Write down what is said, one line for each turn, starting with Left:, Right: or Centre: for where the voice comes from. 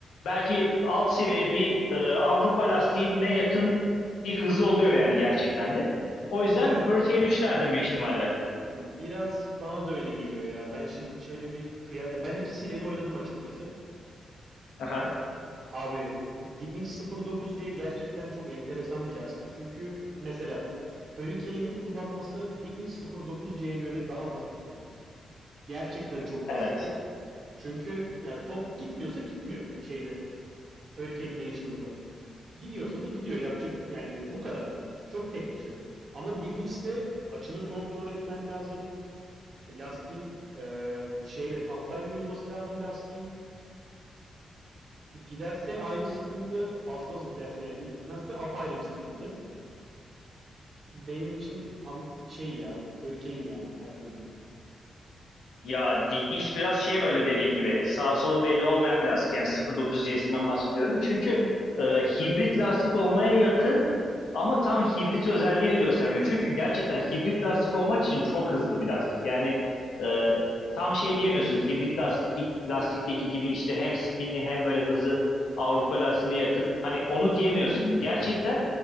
Left: belki alt seviye bir e, Avrupa lastiğine yakın bir hızı oluyor yani gerçekten de. O yüzden
Right: Evet.
Left: Hurricane üçlerden bir ihtimalle.
Right: Biraz bana da öyle geliyor ya. Ben şimdi şöyle bir kıya- ya ben ikisiyle de oynadım açıkçası.
Left: Aha,
Right: Abi Dignics 09C gerçekten çok enteresan bir lastik. Çünkü mesela Hurricane'i kullanması Dignics 09C'ye göre daha basittir. Gerçekten çok basittir.
Left: evet.
Right: Çünkü yani top gitmiyorsa gitmiyor şeyde Hurricane National'da. Gidiyorsa da gidiyor. Yapacak yani bu kadar. Çok tek düze. Ama Dignics'te açını kontrol etmen lazım. E, Lastiğin e, şeyle tahtayla uyuması lazım lastiğin. Giderse ayrı sıkıntı, fazlası giderse yani. Gitmezse apayrı bir sıkıntı. Benim için av- şey ya, Hurricane ya her türlü.
Left: Ya Dignics biraz şey böyle dediğin gibi sağ solu belli olmayan bir lastik. Yani 0.30 CS'inden bahsediyorum. Çünkü e, hibrit lastik olmaya yakın ama tam hibrit özelliği de göstermiyor. Çünkü gerçekten hibrit lastik olmak için çok hızlı bir lastik. Yani e, tam şey diyemiyorsun hibrit lastik, lastikteki gibi işte hem spinli hem böyle hızı Avrupa lastiğine yakın. Hani onu diyemiyorsun. Gerçekten